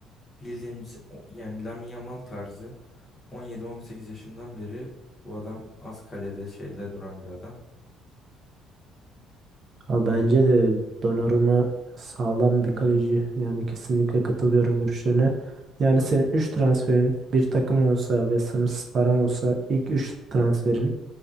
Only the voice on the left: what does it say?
bildiğimiz o- yani Lamine Yamal tarzı 17-18 yaşından beri bu adam az kalede şeyde duran bir adam.
Yani
hı
hı